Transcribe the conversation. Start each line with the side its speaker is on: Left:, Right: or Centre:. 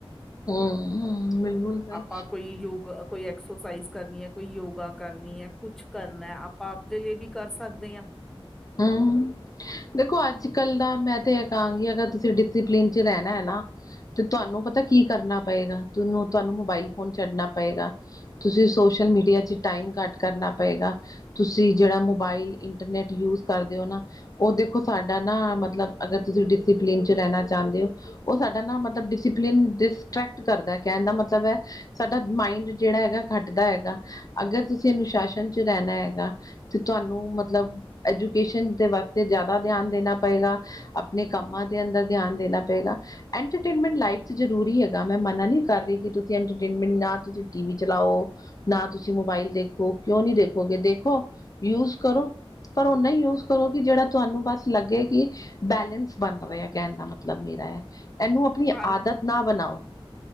Left: ਹਮ- ਹਮ ਬਿਲਕੁਲ ਸਹੀ।
Centre: ਆਪਾਂ ਕੋਈ ਯੋਗ ਕੋਈ ਐਕਸਰਸਾਈਜ਼ ਕਰਨੀ ਹੈ, ਕੋਈ ਯੋਗਾ ਕਰਨੀ ਹੈ, ਕੁਛ ਕਰਨਾ ਆਪਾਂ ਆਪਦੇ ਲਈ ਵੀ, ਕਰ ਸਕਦੇ ਹਾਂ
Left: ਹਮ ਦੇਖੋ ਅੱਜ- ਕੱਲ ਦਾ ਮੈਂ ਤੇ ਇਹ ਕਹਾਂਗੀ, ਅਗਰ ਤੁਸੀਂ ਡਿਸਪਲਿਨ ਚ, ਰਹਿਣਾ ਹੈ ਨਾ ਤੇ ਤੁਹਾਨੂੰ, ਪਤਾ ਕੀ ਕਰਨਾ ਪਏਗਾ, ਤੁਹਾਨੂੰ- ਤੁਹਾਨੂੰ ਮੋਬਾਇਲ ਫੋਨ, ਛੱਡਨਾ ਪਏਗਾ ਤੁਸੀਂ ਸੋਸ਼ਲ ਮੀਡੀਆ ਚ, ਟਾਈਮ ਘੱਟ ਕਰਨਾ ਪਏਗਾ ਤੁਸੀਂ ਜਿਹੜਾ, ਮੋਬਾਇਲ ਇੰਟਰਨੈਟ ਯੂਜ ਕਰਦੇ ਹੋ ਨਾ ਉਹ ਦੇਖੋ ਸਾਡਾ ਨਾ, ਮਤਲਬ ਅਗਰ ਤੁਸੀਂ ਡਿਸਿਪਲਿਨ ਚ, ਰਹਿਣਾ ਚਾਹੁੰਦੇ ਹੋ ਉਹ ਸਾਡਾ ਨਾ ਮਤਲਬ, ਡਿਸਪਲਿਨ ਡਿਸਟਰੈਕਟ ਕਰਦਾ, ਕਹਿਣ ਦਾ ਮਤਲਬ ਹੈ ਸਾਡਾ ਮਾਈੰਡ ਜਿਹੜਾ ਹੈਗਾ ਘਟਦਾ ਹੈਗਾ, ਅਗਰ ਤੁਸੀਂ ਅਨੁਸ਼ਾਸਨ, ਚ ਰਹਿਣਾ ਹੈਗਾ ਤੇ ਤੁਹਾਨੂੰ ਮਤਲਬ ਐਜੂਕੇਸ਼ਨ ਦੇ ਵਾਸਤੇ, ਜ਼ਿਆਦਾ ਧਿਆਨ ਦੇਣਾ ਪਏਗਾ ਆਪਣੇ ਕੰਮਾਂ ਦੇ ਅੰਦਰ, ਧਿਆਨ ਦੇਣਾ ਪਏਗਾ ਐੰਟਰਟੇਨਮੈਂਟ ਲਾਈਫ ਚ ਜ਼ਰੂਰੀ ਹੈਗਾ, ਮੈਂ ਮਨਾ ਨਹੀਂ ਕਰ ਰਹੀ ਕਿ ਤੁਸੀਂ ਇੰਟਰਟੇਨਮੈਂਟ ਨਾ, ਤੁਸੀਂ ਟੀ ਵੀ ਚਲਾਓ ਨਾ ਤੁਸੀਂ ਮੋਬਾਈਲ ਦੇਖੋ, ਕਿਉਂ ਨਹੀਂ ਦੇਖੋਗੇ ਦੇਖੋ, ਯੂਜ ਕਰੋ ਪਰ ਓਨਾ ਹੀ ਯੂਜ ਕਰੋ ਕਿ, ਜਿਹੜਾ ਤੁਹਾਨੂੰ ਬਸ ਲੱਗੇ ਕਿ, ਬੈਲੇਂਸ ਬਣ ਰਹਾ ਆ ਕਹਿਣ ਦਾ, ਮਤਲਬ ਮੇਰਾ ਐ ਇਹਨੂੰ, ਆਪਣੀ
Centre: ਖਾਣ
Left: ਆਦਤ ਨਾ ਬਣਾਓ?